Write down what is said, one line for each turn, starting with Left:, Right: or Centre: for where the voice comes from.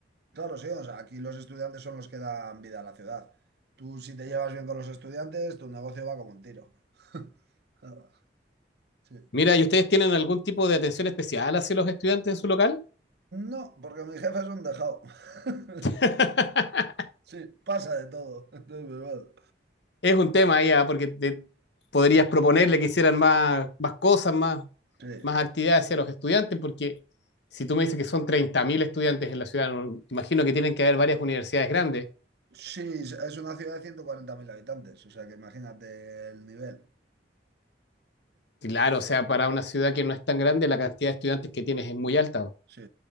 Right: Claro, sí, o sea, aquí los estudiantes son los que dan vida a la ciudad. Tú, si te llevas bien con los estudiantes, tu negocio va como un tiro. <laughs> Claro, Sí.
Left: Mira, ¿y ustedes tienen algún tipo de atención especial hacia los estudiantes en su local?
Right: No, porque mi jefe es un dejado. <laughs>
Left: <laughs>
Right: Sí, pasa de todo. <laughs> Entonces, pues, bueno,
Left: Es un tema ya, porque te- podrías proponerle que hicieran más, más cosas, más,
Right: Sí.
Left: más actividades hacia los estudiantes, porque si tú me dices que son 30.000 estudiantes en la ciudad, no- imagino que tienen que haber varias universidades grandes.
Right: Sí, es una ciudad de 140.000 habitantes, o sea que imagínate el nivel.
Left: Claro, o sea, para una ciudad que no es tan grande, la cantidad de estudiantes que tienes es muy alta.
Right: Sí,